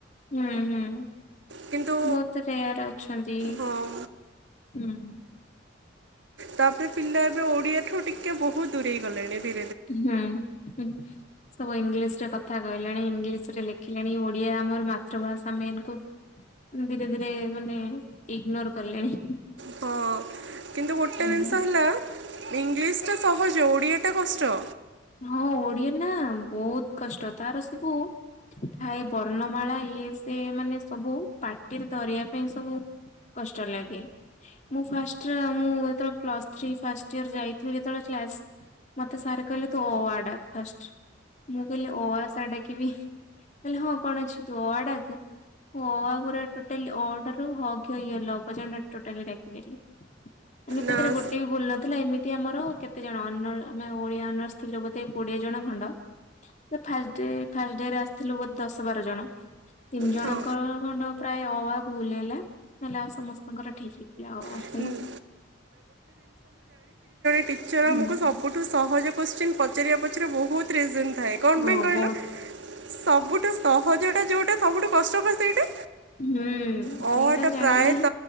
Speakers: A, on the left (about 40°); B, on the right (about 70°).
A: ହୁଁ ହୁଁ
B: କିନ୍ତୁ
A: ବହୁତ ରେୟାର ଅଛନ୍ତି
B: ହଁ
A: ହୁଁ।
B: ତାପରେ ପିଲା ଏବେ ଓଡିଆ ଠୁ ଟିକେ ବହୁତ ଦୂରେଇ ଗଲେଣି ଭି
A: ହୁଁ ସବୁ ଇଂଲିଶ ରେ କଥା କହିଲେଣି ଇଂଲିଶରେ ଲେଖିଲେଣି ଓଡିଆ ଆମର ମାତୃଭାଷା ମେନକୁ ଧୀରେ ଧୀରେ ମାନେ ଇଗନୋର କଲେଣି।
B: ହଁ କିନ୍ତୁ ଗୋଟେ
A: ହୁଁ।
B: ଜିନିଷ ହେଲା ଇଂଲିଶଟା ସହଜ ଓଡ଼ିଆଟା କଷ୍ଟ
A: ହଁ ଓଡିଆ ନା ବହୁତ କଷ୍ଟ ତାର ସବୁ ଥାଏ ବର୍ଣ୍ଣମାଳା ଇଏ ସେ ମାନେ ସବୁ ପାଟିରେ ଧରିବା ପାଇଁ ସବୁ କଷ୍ଟ ଲାଗେ ମୁଁ ଫାଷ୍ଟ ମୁଁ ଯେତେବେଳେ ପ୍ଲସ ଥ୍ରୀ ଫାଷ୍ଟ ଇଅର ଯାଇଥିଲି ଯେତେବେଳେ କ୍ଲାସ ମତେ ସାର୍ କହିଲେ ତୁ ଅ ଆ ଡାକ୍ ଫାଷ୍ଟ ମୁଁ କହିଲି ଅ ଆ ସାର୍ ଡାକିବି କହିଲେ ହଁ କଣ ଅଛି ତୁ ଅ ଆ ଡାକ୍ ମୁଁ ଅ ଆ ଗୁରା ଟୋଟାଲି ଅ ଠାରୁ ହ କ୍ଷ ୟ ଲ ପର୍ଯ୍ୟନ୍ତ ଟୋଟାଲି ଡାକିଲି। ମାନେ ତାଦିହରେ
B: ନା
A: ଗୋଟେ ବି ଭୁଲ ନଥିଲା ଏମି ମିତି ଆମର କେତେ ଜଣ ଅନର ଆମେ ଓଡିଆ ଅର୍ନସ୍ ଥିଲୁ ବୋଧେ କୋଡିଏ ଜଣ ଖଣ୍ଡ ଫାଷ୍ଟ ଡେ ଫାଷ୍ଟ ଡେରେ ଆସିଥିଲୁ ବୋଧେ ଦଶ ବାର ଜଣ ତିନି ଜଣଙ୍କର
B: ହଁ
A: ଖଣ୍ଡ ପ୍ରାୟ ଅ ଆ ଭୁଲ ହେଲା ନହେଲେ ଆଉ ସମସ୍ତଙ୍କର ଠିକ ହେଇଥିଲା ଅ ଆ
B: ଉଁ,
A: ହେଲା।
B: ପିକ୍ଚର
A: ହୁଁ
B: ଆମୁକୁ ସବୁଠୁ ସହଜ କୋଶ୍ଚିନ୍ ପଚାରିବା ପଚାରିବା ବହୁତ ରିଜିନ୍ ଥାଏ କଣ
A: ହଁ
B: ପାଇଁ କହିଲ
A: ବହୁତ
B: ସବୁଠୁ ସହଜଟା ଯୋଉ ଟା ସବୁଠୁ କଷ୍ଟ ବା ସେଇଟା।
A: ହୁଁ
B: ଅ ଆ
A: ସେଇଟା
B: ଟା
A: ଜାଣିଲେ
B: ପ୍ରାୟ
A: ହିଁ
B: ତ